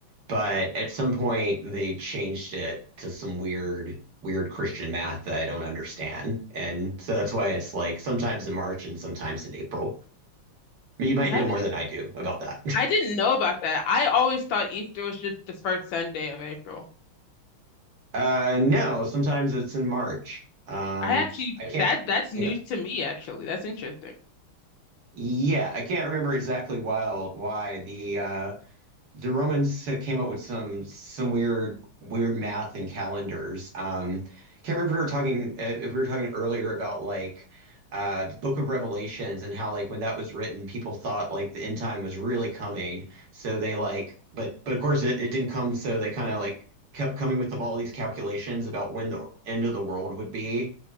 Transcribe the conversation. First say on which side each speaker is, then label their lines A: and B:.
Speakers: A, on the right; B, on the left.
A: but at some point they changed it to some weird, weird Christian math that I don't understand, and so that's why it's like sometimes in March and sometimes in April. You might
B: And
A: know
B: I didn't
A: more than I do about that.
B: I didn't know about that. I always thought Easter was just the first Sunday of April.
A: Uh, no, sometimes it's in March. Um,
B: I actually
A: I can't,
B: that that's news
A: you know,
B: to me actually. That's interesting.
A: yeah, I can't remember exactly why why the uh the Romans came up with some some weird weird math and calendars. Um, can't remember if we were talking uh, if we were talking earlier about like uh, the Book of Revelations and how like when that was written, people thought like the end time was really coming. So they like, but but of course it, it didn't come. So they kind of like kept coming with all these calculations about when the end of the world would be.